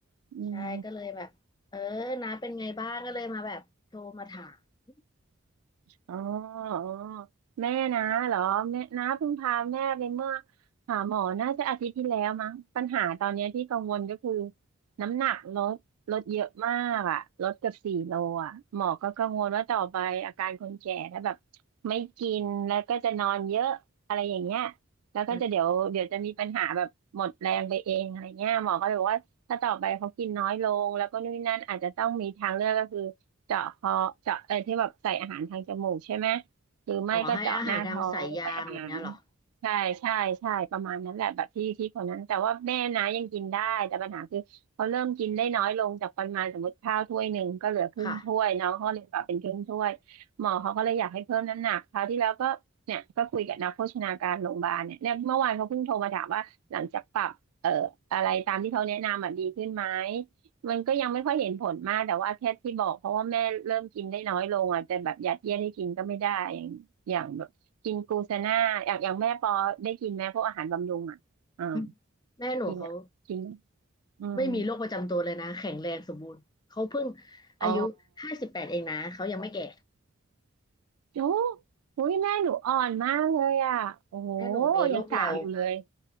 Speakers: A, on the right; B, on the left.
A: อืม
B: ใช่ก็เลยแบบเออน้าเป็นไงบ้างก็เลยมาแบบโทรมาถาม
A: อ๋ออ๋อแม่นะเหรอแม่นะเพิ่งพาแม่ไปเมื่อหาหมอน่าจะอาทิตย์ที่แล้วมั้งปัญหาตอนเนี้ยที่กังวลก็คือน้ำหนักลดลดเยอะมากอ่ะลดเกือบสี่โลอ่ะหมอก็กังวลว่าต่อไปอาการคนแก่ถ้าแบบไม่กินแล้วก็จะนอนเยอะอะไรอย่างเงี้ยแล้วก็จะเดี๋ยวเดี๋ยวจะมีปัญหาแบบหมดแรงไปเองอะไรเงี้ยหมอก็เลยบอกว่า
B: อืม
A: ถ้าต่อไปเขากินน้อยลงแล้วก็นู่นนนั่นอาจจะต้องมีทางเลือกก็คือเจาะคอเจาะเอ่อที่แบบใส่อาหารทางจมูกใช่ไหมหรือไม่ก็เจาะหน้าท้องใส่อาหาร
B: อ๋อให้อาหารทางสายยางแบบเนี้ยเหรอ
A: ใช่ใช่ใช่ประมาณนั้นแหละแบบที่ที่คนนั้นแต่ว่าแม่นะยังกินได้แต่ปัญหาคือเขาเริ่มกินได้น้อยลงจากปริมาณสมมติข้าวถ้วยหนึ่งก็เหลือครึ่งถ้วยน้องเขาเลยปรับเป็นครึ่งถ้วยหมอเขาก็เลยอยากให้เพิ่มน้ำหนักคราวที่แล้วก็เนี่ยก็คุยกับนักโภชนาการโรงพยาบาลเนี่ยเนี่ยเมื่อวานเขาเพิ่งโทรมาถามว่าหลังจากปรับ
B: ค่ะ
A: เอ่ออะไรตามที่เขาแนะนำอ่ะดีขึ้นไหมมันก็ยังไม่ค่อยเห็นผลมากแต่ว่าแค่ที่บอกเพราะว่าแม่เริ่มกินได้น้อยลงอ่ะแต่แบบยัดเยียดให้กินก็ไม่ได้อย่างอย่างแบบกินกลูเซน่าอย่างอย่างแม่ปอได้กินไหมพวกอาหารบำรุงอ่ะอ่า
B: อืมแม่หนูเขา
A: กินอ่ะกินไหมอืม
B: ไม่มีโรคประจำตัวเลยนะแข็งแรงสมบูรณ์เขาเพิ่งอายุห้าสิบแปดเองนะเขายังไม่แก่
A: อ๋อโอ้โหแม่หนูอ่อนมากเลยอ่ะโอ้โห
B: แม่หนูมีลูกเร็ว
A: ยังสาวอยู่เลย